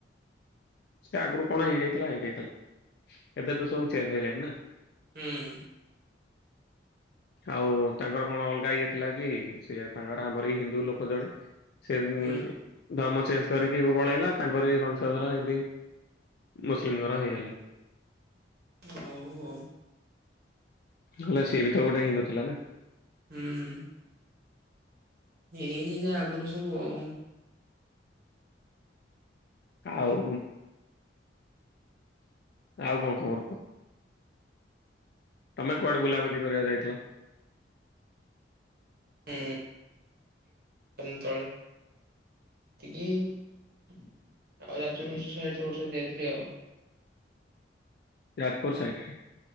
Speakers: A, on the left; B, on the right.
A: ସେଟା ଆଗରୁ କଣ ହେଇଯାଇଥିଲା ହେଇଯାଇଥିଲା ଏବେ ତ ସବୁ ଚେଞ୍ଜ ହେଇଗଲେଣିି ନା
B: ହୁଁ
A: ଆଉ ତାଙ୍କର କଣ ଅଲଗା ଇଏ ଥିଲା କି ସିଏ ତାଙ୍କର ଆମର ଏଇ ହିନ୍ଦୁ ଲୋକ ଜଣେ। ସେ ହୁ।
B: ହୁଁ
A: ଧର୍ମ ଚେଞ୍ଜ କରିକି ପଳେଇଲା ତାଙ୍କର ବି ବଂଶଧର ଏମତି ମୁସଲିମଙ୍କର ହେଇଗଲେ।
B: ଅହୁ ଅ
A: ନେହେଲେ ସିଏ ବି ତ ଗୋଟେ ହିନ୍ଦୁ ଥିଲା ନା।
B: ହୁଁ ଏଇନ ଯ ଆଗରୁ ସବୁ ଆଉ।
A: ଆଉ ଆଉ କଣ ଖବର କୁହ? ତମେ କୁଆଡେ ବୁଲାୁଲି କରିବାକୁ ଯାଇଥିଲ।
B: ହଁ ପନ୍ତଳ ହଁ ଆଉ ଶେ ଆଠ ଛଅ ବର୍ଷ ଯାଇଥିଲି ଆଉ।
A: ଯାଜପୁର ସାଇଡରେ